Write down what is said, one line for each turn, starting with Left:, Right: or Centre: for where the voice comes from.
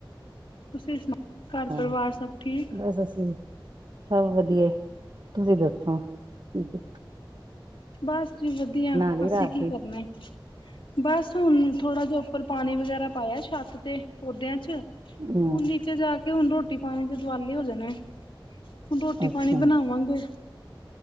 Left: ਤੁਸੀਂ ਸੁਣਾਓ? ਘਰ
Right: ਹਾਂ
Left: ਪਰਿਵਾਰ ਸਭ ਠੀਕ।
Right: ਬਸ ਅਸੀਂ ਵੀ ਸਭ ਵਧੀਆ, ਤੁਸੀਂ ਦੱਸੋ? ਠੀਕ ਏ।
Left: ਬਸ ਜੀ ਵਧੀਆ,
Right: ਲਈ
Left: ਅਸੀਂ
Right: ਰਾਤ
Left: ਕੀ
Right: ਦੀ
Left: ਕਰਨਾ ਏ। ਬਸ ਹੁਣ ਥੋੜਾ ਜਿਹਾ ਉੱਪਰ, ਪਾਣੀ ਵਗੈਰਾ ਪਾਇਆ ਛੱਤ ਤੇ ਪੌਦਿਆਂ 'ਚ,
Right: ਹਮ
Left: ਹੁਣ ਨੀਚੇ ਜਾ ਕਿ ਹੁਣ ਰੋਟੀ ਪਾਣੀ ਦੇ ਦੁਵਾਲੇ ਹੋ ਜਾਣੇ, ਹੁਣ ਰੋਟੀ
Right: ਅੱਛਾ
Left: ਪਾਣੀ ਬਣਾਵਾਂਗੇ।